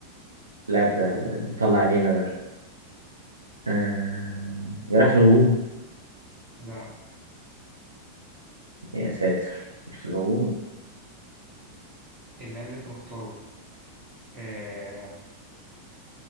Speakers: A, on the right; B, on the right.
A: اللاعب ده اللي طلع عينينا ده آه بيلعب في الهجوم
B: لا
A: يا ساتر مش في الهجوم
B: اللاعب اللي أنت مختاره آه